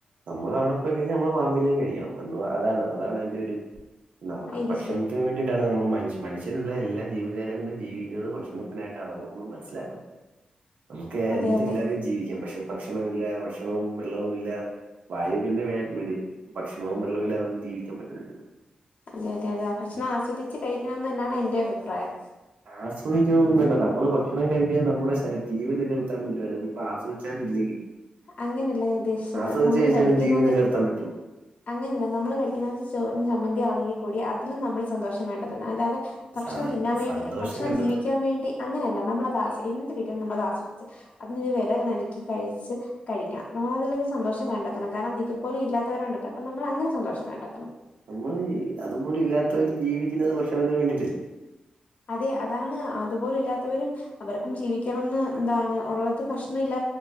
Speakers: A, on the right (about 75°); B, on the left (about 65°).
A: നമ്മൾ അവിടെ പോയി കഴിഞ്ഞാൽ നമ്മള് പാമ്പിനെയും കഴിക്കണം പ അതാണ് അതാണ് അതിന്റെറെ ഒരു നമ്മുക്ക്
B: ഐതിഹ്യം
A: ഭക്ഷണം- ഭക്ഷണത്തിന് വേണ്ടിയിട്ടാണ് നമ്മൾ മനുഷ്യ മനുഷ്യയനുള്ളല്ല ജീവജാലങ്ങളും ജീവിക്കുന്നത് ഭക്ഷണത്തിയിട്ടാണെന്ന് നമ്മൾ മനസ്സിലാക്കണം. നമുക്ക്
B: അതെ
A: എന്തിലാതെയും
B: അതെ
A: ജീവിക്കാം പക്ഷെ ഭക്ഷണമില്ല ഭക്ഷണവും വെള്ളവുമില്ലാതെ- വായു പിന്നെ എ വിട് ഭക്ഷണവും വെള്ളമില്ലാതെ നമുക്ക് ജീവിക്കൻ പറ്റത്തില്ല.
B: അതെയ അതെ അതെ ഭക്ഷണം ആസ്വദിച്ച് കഴിക്കണന്ന് തന്നാണ് എന്റെയും അഭിപ്രായം.
A: ആസ്വദിക്കുന്നൊന്നും വേണ്ട നമ്മള് ഭക്ഷണം കഴിക്കുന്നത് നമ്മുടെ ശരീ ജീവൻ നിലനിർത്താൻ വേണ്ടിയാണ്. ആസ്വദിച്ചാലും ഇല്ലെങ്കിലും-
B: അങ്ങനെയല്ല ഞാൻ ഉദ്ദേശിച്ചത്
A: ആസ്വദിച്ച്
B: നമ്മള്
A: കഴിച്ചാൽ
B: കഴിക്കുന്നത്-
A: ജീവൻ നിലനിർത്താൻ പറ്റോ
B: അങ്ങനെയല്ല നമ്മള് കഴിക്കുന്ന ചോറിന് ചമന്തി ആണെങ്കിൽ കൂടി അതിലും നമ്മൾ- സന്തോഷം വേണ്ടത് അല്ലതെ ഭക്ഷണം
A: സ
B: തിന്നാൻ വേണ്ടി
A: സന്തോഷം
B: ഭക്ഷണം
A: കണ്ടെത്തുന്നു.
B: ജീവിക്കാൻ വേണ്ടി- അങ്ങനെയല്ല നമ്മളത് ആസ്വദിച്ച് എന്ത് കിട്ടാലും നമ്മളത് ആസ്വദിച്ച് അതിനൊരു വില നൽകി കഴിച്ച്- കഴിക്കണം നമ്മൾ അതിലൊരു സന്തോഷം കണ്ടെത്തണം കാരണം ഇതുപോലും ഇല്ലാത്തവരുണ്ടല്ലോ അപ്പൊ നമ്മൾ അങ്ങനെ സന്തോഷം കണ്ടെത്തണം.
A: നമ്മള് അതുപോലെ ഇല്ലാത്തവര് ജീവിക്കുന്നത് ഭക്ഷണത്തിന് വേണ്ടിയിട്ട്ല്ലേ
B: അതെ അതാണ് അതുപ്പോലും ഇല്ലാത്തവരും അവർക്കും ജീവിക്കണംന്ന് എന്താണ് ഒള്ളത് പ്രശ്നം ഇല്ല